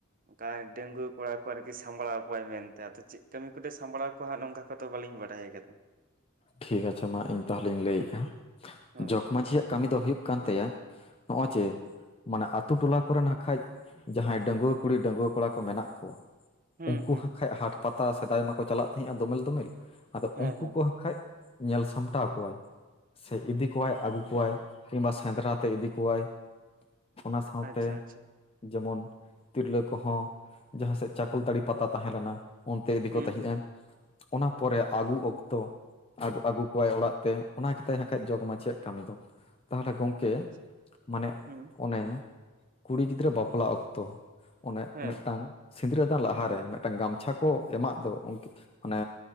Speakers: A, on the right (about 40°); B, on the left (about 25°).
A: ᱚᱠᱟᱨᱮ ᱰᱟᱹᱝᱜᱩᱭᱟᱹ ᱠᱚᱲᱟ ᱠᱚ ᱟᱨᱠᱤ ᱥᱟᱢᱵᱽᱲᱟᱣ ᱠᱚᱣᱟᱭ ᱢᱮᱱᱛᱮ ᱟᱫᱚ ᱪᱮᱜ ᱠᱟᱹᱢᱤ ᱠᱚᱫᱚᱭ ᱥᱟᱢᱵᱽᱲᱟᱣ ᱠᱩ ᱦᱟᱸᱜ ᱱᱚᱝᱠᱟ ᱠᱚᱫᱚ ᱵᱟᱹᱞᱤᱧ ᱵᱟᱰᱟᱭ ᱟᱠᱟᱫᱟ᱾
B: ᱴᱷᱤᱠ ᱟᱪᱷᱮ ᱢᱟ ᱤᱧ ᱛᱟᱦᱚᱞᱮᱧ ᱞᱟᱹᱭᱮᱫᱟ
A: ᱦᱳᱭ
B: ᱡᱚᱜᱽ ᱢᱟᱺᱡᱷᱤ-ᱟᱜ ᱠᱟᱹᱢᱤ ᱫᱚ ᱦᱩᱭᱩᱜ ᱠᱟᱱ ᱛᱟᱭᱟ ᱱᱚᱜᱼᱚᱭ ᱪᱮ ᱢᱟᱱᱮ ᱟᱹᱛᱩ ᱴᱚᱞᱟ ᱠᱚᱨᱮ ᱱᱟ ᱠᱷᱟᱡ ᱡᱟᱦᱟᱸᱭ ᱰᱟᱺᱜᱩᱣᱟᱹ ᱠᱩᱲᱤ ᱰᱟᱺᱜᱩᱣᱟᱹ ᱠᱚᱲᱟ ᱠᱚ ᱢᱮᱱᱟᱜ ᱠᱚᱣᱟ
A: ᱦᱩᱸ
B: ᱩᱱᱠᱩ
A: ᱦᱩᱸ
B: ᱦᱟᱠᱟᱡ ᱦᱟᱴ ᱯᱟᱛᱟ ᱥᱮᱫᱟᱭ ᱢᱟᱠᱚ ᱪᱟᱞᱟᱜ ᱛᱟᱦᱮᱸᱜᱼᱟ ᱫᱚᱢᱮᱞ ᱫᱚᱢᱮᱞ ᱟᱫᱚ
A: ᱦᱮᱸ
B: ᱩᱱᱠᱩ
A: ᱦᱮᱸ
B: ᱠᱚ ᱠᱷᱟᱡ ᱧᱮᱞ ᱥᱟᱢᱴᱟᱣ ᱠᱚᱣᱟᱭ, ᱥᱮ ᱤᱫᱤ ᱠᱚᱣᱟᱭ ᱟᱹᱜᱩ ᱠᱚᱣᱟᱭ ᱠᱤᱢᱵᱟ ᱥᱮᱸᱫᱽᱨᱟ ᱛᱮ ᱤᱫᱤ ᱠᱚᱣᱟᱭ, ᱚᱱᱟ ᱥᱟᱶᱛᱮ
A: ᱟᱪᱪᱷᱟ ᱟᱪᱪᱷᱟ
B: ᱡᱮᱢᱚᱱ ᱛᱤᱨᱞᱟᱹ ᱠᱚᱦᱚᱸ ᱡᱟᱦᱟᱸ ᱥᱮᱫ ᱪᱟᱠᱚᱞᱛᱟᱹᱲᱤ ᱯᱟᱛᱟ ᱛᱟᱦᱮᱸ ᱞᱮᱱᱟ, ᱚᱱᱛᱮ ᱤᱫᱤ
A: ᱦᱩᱸ
B: ᱠᱚ ᱛᱟᱦᱮᱸᱜᱼᱟ
A: ᱦᱩᱸ
B: ᱚᱱᱟ ᱯᱚᱨᱮ ᱟᱹᱜᱩ ᱚᱠᱛᱚ ᱟᱹᱜᱩ ᱠᱚᱣᱟᱭ ᱚᱲᱟᱜ ᱛᱮ ᱚᱱᱟ ᱜᱮᱛᱟᱭ ᱦᱟᱠᱷᱟᱡ ᱡᱚᱜᱽ ᱢᱟᱹᱡᱷᱤᱭᱟᱜ ᱠᱟᱹᱢᱤ ᱫᱚ ᱛᱟᱦᱚᱞᱮ ᱜᱚᱝᱠᱮ ᱮ
A: ᱟᱪᱪᱷᱟ
B: ᱢᱟᱱᱮ
A: ᱦᱩᱸ
B: ᱚᱱᱮ ᱠᱩᱲᱤ ᱜᱤᱫᱽᱨᱟᱹ ᱵᱟᱯᱞᱟ ᱚᱠᱛᱚ ᱚᱱᱮ
A: ᱦᱮᱸ
B: ᱢᱤᱫᱴᱟᱝ ᱥᱤᱸᱫᱽᱨᱟᱹᱫᱟᱱ ᱞᱟᱦᱟᱨᱮ ᱢᱤᱫᱴᱟᱝ ᱜᱟᱢᱪᱷᱟ ᱠᱚ ᱮᱢᱟᱜ ᱫᱚ ᱟᱱᱮ